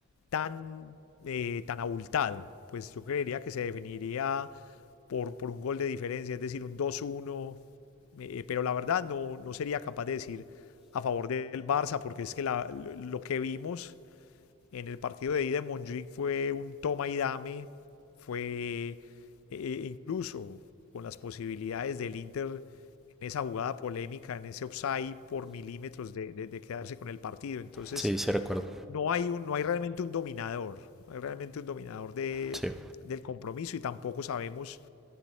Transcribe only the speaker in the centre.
Sí, sí recuerdo.
Sí,